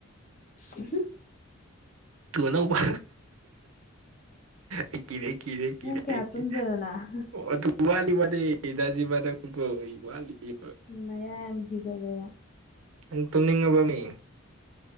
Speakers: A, on the left; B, on the right.
A: ꯎꯝ
B: ꯇꯨ ꯑꯅꯧꯕ ꯑꯩ ꯀꯤꯔꯦ ꯀꯤꯔꯦ
A: ꯄꯨꯡ
B: ꯀꯤꯔꯦ
A: ꯀꯌꯥ ꯇꯨꯝꯗꯣꯏꯅꯣ ꯅꯪ
B: ꯑꯗꯨ ꯋꯥꯂꯤ ꯋꯂꯤꯕ ꯅꯖꯤꯃꯥ ꯅꯪꯕꯨ ꯑꯩ ꯋꯥꯠꯂꯤꯕ꯫
A: ꯅꯌꯥ ꯌꯥꯝꯝ ꯍꯤꯒꯂꯦꯕ
B: ꯅꯪ ꯇꯨꯝꯅꯤꯡꯉꯕꯃꯤ